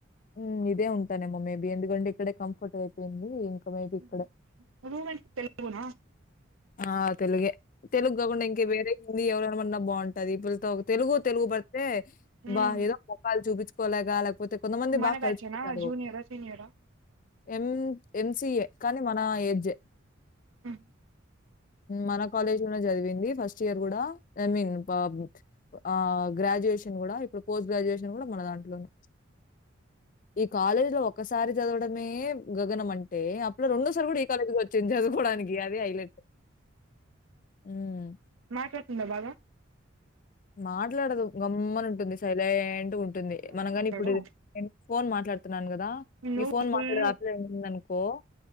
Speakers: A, on the left; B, on the right.
A: హ్మ ఇదే ఉంటానేమో మేబీ ఎందుకంటే ఇక్కడే కంఫర్ట్ అయిపోయింది ఇంకా మేబీ
B: హుహ్
A: ఇక్కడే
B: రూమెట్ తెలుగునా
A: ఆ తెలుగే తెలుగు కాకుండా ఇంకా వేరేయ్ కానీ ఎవరనమన్నా బావుంటది. ఈ పిల్లతో తెలుగు తెలుగు పడితే
B: మ్మ్
A: బా ఏదో మొకాలు చూపించు కోలేకా ఆలకు పోతే కొంతమంది
B: మన
A: బాగా
B: బ్యాచేనా
A: కలిసి పోయినారు.
B: జూనియరా సీనియరా
A: ఎం ఎంసిఏ కానీ మన ఏజే.
B: ఆమ్
A: మన కాలేజ్ లో చదివింది ఫస్ట్ ఇయర్ కూడా ఐ మీన్ <unintelligible> ఆ గ్రాడ్యుయేషన్ కూడా ఇప్పుడు పోస్ట్ గ్రాడ్యుయేషన్ కూడా మన దాంట్లోనే. ఈ కాలేజీ లో ఒక్కసారి చదవడమే గగనం అంటే ఆ రెండోసారి కూడా ఈ కాలేజ్ వచ్చింది చదుకోవడానికి అది హైలెట్. ఉమ్
B: మాట్లాడుతుందా బాగా.
A: మాట్లాడదు గమ్మన ఉంటుంది సైలెంట్గా ఉం టుంది
B: నువ్వే
A: మనం గాని
B: మాట్లాడు
A: ఇప్పుడు ఎన్ ఫోన్ మాట్లాడు తున్నాను కదా
B: నువ్వు
A: ఈ ఫోన్
B: ఫుల్
A: మాట్లాడేది ఆపిల్ల వినింది అనుకో